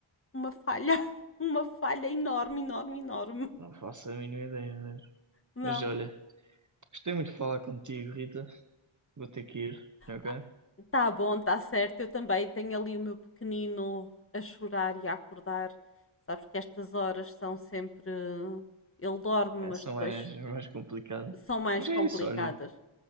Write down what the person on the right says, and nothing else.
Não faço a mínima ideia mesmo.
Mas olha, gostei muito de falar contigo, Rita. Vou ter que ir, ok?
É, são
mais, mais complicado.
Mas
é isso, olha.